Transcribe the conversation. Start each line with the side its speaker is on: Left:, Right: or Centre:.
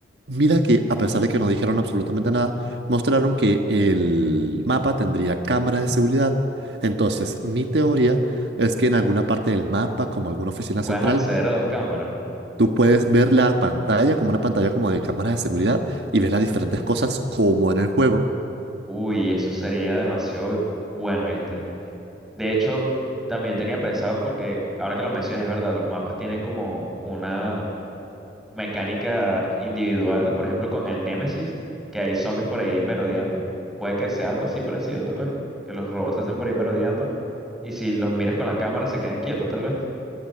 Right: mira que a pesar de que no dijeron absolutamente nada, mostraron que el mapa tendría cámaras de seguridad. Entonces, mi teoría es que en alguna parte del mapa, como alguna oficina
Centre: Puedes
Right: central,
Centre: acceder a las cámaras.
Right: tú puedes ver la pantalla como una pantalla como de cámaras de seguridad y ver las diferentes cosas como en el juego.
Centre: Uy, eso sería demasiado bueno, ¿viste? De hecho, también tenía pensado porque ahora que lo mencionas, es verdad, los mapas tienen como una mecánica individual, por ejemplo, con el Némesis, que hay zombies por ahí merodeando. Puede que sea algo así parecido, tal vez. Que los robots estén por ahí merodeando. Y si los miras con la cámara, se quedan quietos, tal vez.